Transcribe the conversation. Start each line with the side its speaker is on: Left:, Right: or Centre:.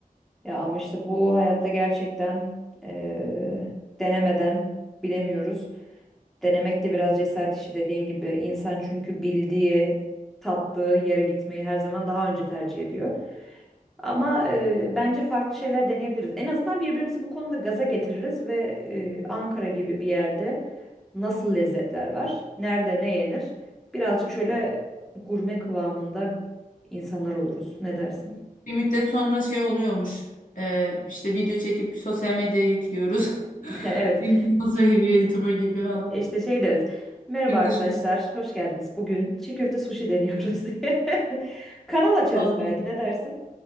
Centre: Ya ama işte bu hayatta gerçekten eee, denemeden bilemiyoruz. Denemek de biraz cesaret işi dediğin gibi. İnsan çünkü bildiği, tattığı yere gitmeyi her zaman daha önce tercih ediyor. Ama eee, bence farklı şeyler deneyebiliriz. En azından birbirimizi bu konuda gaza getiririz ve eee, Ankara gibi bir yerde nasıl lezzetler var, nerede ne yenir, birazcık şöyle gurme kıvamında insanlar oluruz. Ne dersin?
Left: Bir müddet sonra şey oluyormuş e, işte video çekip sosyal medyaya yüklüyoruz.
Centre: <laughs> Evet.
Left: <laughs> Influencer gibi YouTuber gibi falan.
Centre: E, İşte şey deriz. Merhaba
Left: Şurada
Centre: arkadaşlar,
Left: şunu.
Centre: hoş geldiniz. Bugün çiğ köfte sushi deniyoruz <laughs> diye. Kanal açarız
Left: Vallahi.
Centre: belki ne dersin?